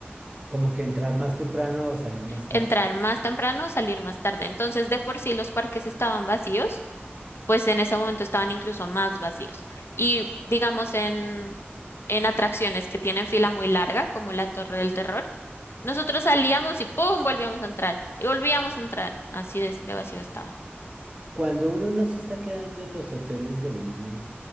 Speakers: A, on the right; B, on the left.
A: Como que entrar más temprano o salir más tarde.
B: Entrar más temprano, salir más tarde. Entonces, de por sí los parques estaban vacíos pues en ese momento estaban incluso más vacíos. Y digamos en, en atracciones que tienen fila muy larga, como la Torre del Terror, nosotros salíamos y ¡pum! volvíamos a entrar y volvíamos a entrar. Así de, de vacío estaba.
A: Cuando uno no se está quedando en los hoteles de Disney,